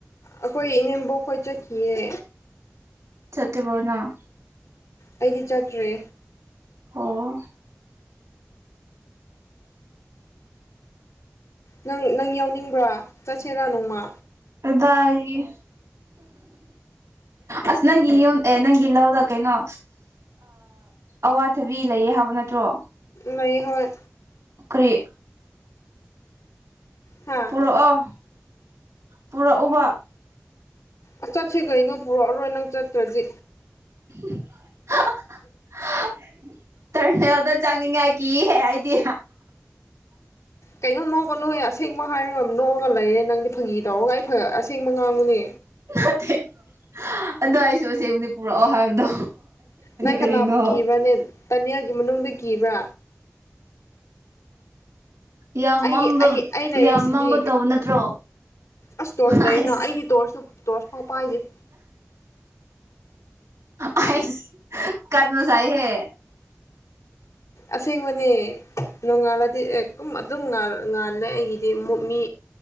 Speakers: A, on the left (about 80°); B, on the right (about 80°).
A: ꯑꯈꯣꯏ ꯏꯅꯦꯝꯕꯣꯛ ꯈꯣꯏꯆꯠꯈꯤꯑꯦ
B: ꯆꯠꯇꯤꯕꯣ ꯅꯪ
A: ꯑꯩꯗꯤ ꯆꯠꯇ꯭ꯔꯦ
B: ꯑꯣ
A: ꯅꯪ ꯅꯪ ꯌꯥꯎꯅꯤꯡꯕ꯭ꯔꯥ ꯆꯠꯁꯦꯔꯥ ꯅꯣꯡꯃꯥ
B: ꯀꯗꯥꯏꯗꯒꯤ ꯑꯁ ꯅꯪꯒꯤ ꯌꯨꯝ ꯑꯦ ꯅꯪꯒꯤ ꯂꯧꯗ ꯀꯩꯅꯣ ꯑꯋꯥꯊꯕꯤ ꯂꯩꯌꯦ ꯍꯥꯏꯕ ꯅꯠꯇ꯭ꯔꯣ
A: ꯂꯩ ꯍꯣꯏ
B: ꯀꯔꯤ
A: ꯍꯥ
B: ꯄꯨꯔꯛꯑꯣ ꯄꯨꯔꯛꯎꯕ
A: ꯑꯁ ꯆꯠꯁꯤ ꯀꯩꯅꯣ ꯄꯨꯔꯛꯑꯔꯣꯏ ꯅꯪ ꯆꯠꯇ꯭ꯔꯗꯤ
B: <unintelligible> ꯇꯔꯅꯦꯜꯗ ꯆꯥꯅꯤꯡꯉꯥꯏ ꯀꯤꯌꯦ ꯑꯩꯗꯤ
A: ꯀꯩꯅꯣ ꯅꯣꯛꯀꯅꯣ ꯍꯦ ꯑꯁꯦꯡꯕ ꯍꯥꯏꯔꯒ ꯅꯣꯛꯑꯒ ꯂꯩꯔꯦ ꯅꯪꯗꯤ ꯐꯪꯒꯤ ꯇꯧꯔꯒ ꯑꯩ ꯑꯁꯦꯡꯕ ꯉꯥꯡꯕꯅꯦ
B: ꯅꯠꯇꯦ ꯑꯗꯣꯏꯁꯨ ꯄꯨꯔꯛꯑꯣ ꯍꯥꯏꯕꯗꯣ
A: ꯅꯪ
B: ꯀꯔꯤꯅꯣ
A: ꯀꯅꯥꯕꯨ ꯀꯤꯕ꯭ꯔꯥꯅꯦ ꯇꯅꯦꯜꯒꯤ ꯃꯅꯨꯡꯗ ꯀꯤꯕ꯭ꯔꯥ
B: ꯌꯥꯝ
A: ꯑꯩ
B: ꯃꯝꯕ
A: ꯑꯩ ꯑꯩ ꯂꯩꯔꯤꯁꯤꯗꯤ
B: ꯌꯥꯝ ꯃꯝꯕ ꯇꯧꯕ ꯅꯠꯇ꯭ꯔꯣ
A: ꯑꯁ ꯇꯣꯔꯁ
B: ꯑꯥꯏꯁ
A: ꯂꯩꯅ ꯑꯩꯗꯤ ꯇꯣꯔꯁꯨ ꯇꯣꯔꯁ ꯐꯥꯎ ꯄꯥꯏꯗꯦ
B: ꯑꯩꯁ ꯀꯥꯟꯕꯁꯥꯏ ꯍꯦ
A: ꯑꯁꯦꯡꯕꯅꯦ ꯅꯣꯡꯉꯥꯜꯂꯗꯤ ꯑꯗꯨꯝ ꯉꯥꯜꯂꯦ ꯑꯩꯒꯤꯗꯤ ꯃꯤ